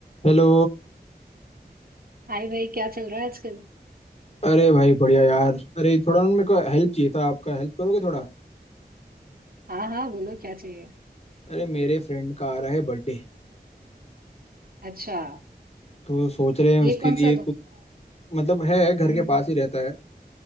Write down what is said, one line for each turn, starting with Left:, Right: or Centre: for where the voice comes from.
Left: हेलो
Right: हाय भाई क्या चल रहा है आजकल
Left: अरे भाई बढ़िया यार अरे थोड़ा ना मेरे को हेल्प चाहिए था आपका हेल्प करोगे थोड़ा
Right: हाँ हाँ बोलो क्या चाहिए
Left: अरे मेरे फ्रेंड का आ रहा है बर्थडे
Right: अच्छा
Left: तो सोच रहे हैं उसके
Right: ये कौन
Left: लिए
Right: सा
Left: कुछ
Right: दोस्त है
Left: मतलब है घर
Right: हम्म
Left: के पास ही रहता है